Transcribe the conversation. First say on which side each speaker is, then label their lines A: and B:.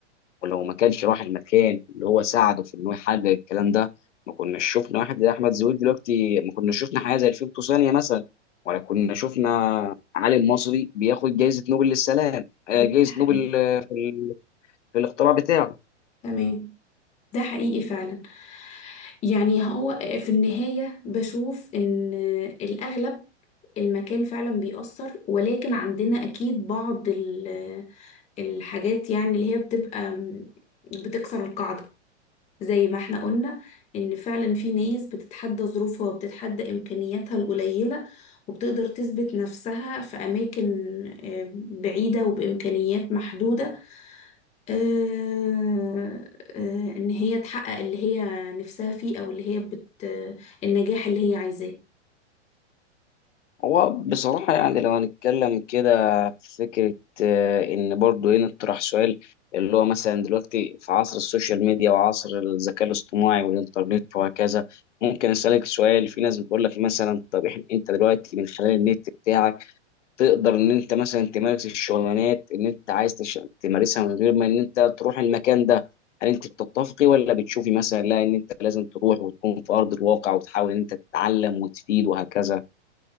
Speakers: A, on the left (about 85°); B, on the left (about 20°).
A: ولو ما كانش راح المكان اللي هو ساعده في إنه يحقق الكلام ده ما كناش شفنا واحد زي أحمد زويل دلوقتي ما كناش شفنا حاجة زي الفيلتو ثانية مثلا ولا كنا شفنا عالم مصري بياخد جائزة نوبل للسلام آه،
B: ده
A: جائزة
B: حقيقي
A: نوبل آه، في ال- في الاختراع بتاعه
B: تمام ده حقيقي فعلا يعني هو في النهاية بشوف إن الأغلب المكان فعلا بيأثر ولكن عندنا أكيد بعض ال- الحاجات يعني اللي هي بتبقى م- بتكسر القاعدة زي ما احنا قلنا إن فعلا في ناس بتتحدى ظروفها وبتتحدى إمكانياتها القليلة وبتقدر تثبت نفسها في أماكن آه، بعيدة وبإمكانيات محدودة آه، آه، ان هي تحقق اللي هي نفسها فيه او اللي هي بت آه، النجاح اللي هي عايزاه
A: هو بصراحة يعني لو هنتكلم كده في فكرة آه، إن برضه هنا اطرح سؤال اللي هو مثلا دلوقتي في عصر السوشيال ميديا وعصر الذكاء الاصطناعي والإنترنت وهكذا ممكن أسألك سؤال في ناس بتقول لك مثلا طب إحنا- أنت دلوقتي من خلال النت بتاعك تقدر إن أنت مثلا تمارس الشغلانات اللي أنت عايز تش- تمارسها من غير ما إن أنت تروح المكان ده هل أنت بتتفقي ولا بتشوفي مثلا لا إن أنت لازم تروح وتكون في أرض الواقع وتحاول إن أنت تتعلم وتفيد وهكذا